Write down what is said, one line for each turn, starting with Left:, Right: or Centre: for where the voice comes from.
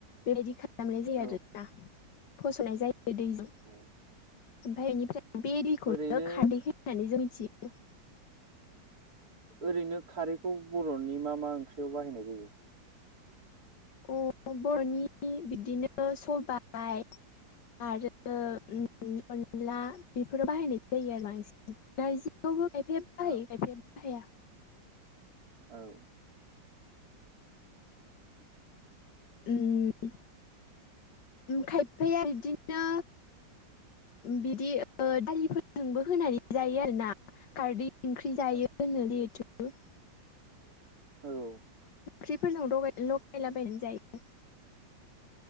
Left: बेबायदि खालामनाय जायो
Right: औ
Left: आरोना फसरनाय जायो। बे दैजों ओमफ्राय
Right: ओ
Left: बेनिफ्राय बे दैखौनो
Right: ओरैनो
Left: खारदै होननानै जों मिथियो। द <inaudible>
Right: ओरैनो खारैखौ बर'नि मा मा ओंख्रियाव बाहायनाय जायो?
Left: अ बर'नि बिदिनो सबाइ आरो अनला बेफोराव बाहायनाय जायो आरो बांसिन नारजियावबो खायफाया बाहायो
Right: औ
Left: खायफाया बाहाया
Right: औ
Left: उम खायफाया आरो बिदिनो बिदि दालिफोरजोंबो होनानै जायो आरो ना खारदै ओंख्रि जायो
Right: औ
Left: होन लैहेथु
Right: औ
Left: ओंख्रिफोरजों लगायलाबायनानै जायो।